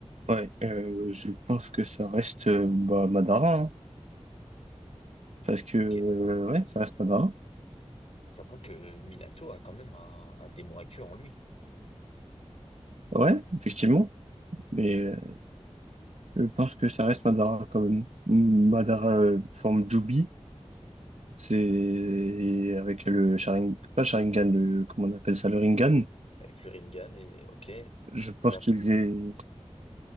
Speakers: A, on the right; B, on the left.
A: Ouais, euh, je pense que ça reste euh, bah, Madara. hein. Parce que, euh,
B: Ok.
A: ouais, ça reste Madara.
B: Sachant que Minato a quand même un, un démon actuel en lui.
A: Ouais, effectivement. Mais euh, je pense que ça reste Madara quand même. Madara euh, forme Jubi, c'est avec le Sharingan, pas Sharingan, le, comment on appelle ça, le Ringan.
B: Avec, avec le Rinnegan et ok. Et
A: Je pense
B: la f-
A: qu'ils aient,